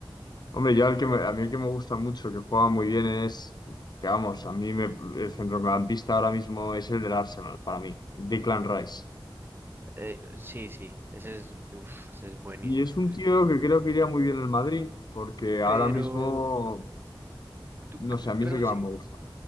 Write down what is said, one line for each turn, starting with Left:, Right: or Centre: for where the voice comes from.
Left: hombre, yo al que me- a mí el que me gusta mucho, que juega muy bien es, que vamos, a mí me, el centrocampista ahora mismo es el del Arsenal, para mí, Declan Rice.
Right: Eh, sí, sí, ese es, uf, ese es buenísimo.
Left: Y es un tío que creo que iría muy bien en Madrid, porque
Right: Pero
Left: ahora mismo,
Right: tú,
Left: no
Right: c-
Left: sé, a mí
Right: pero
Left: es el que
Right: sí,
Left: más me gusta.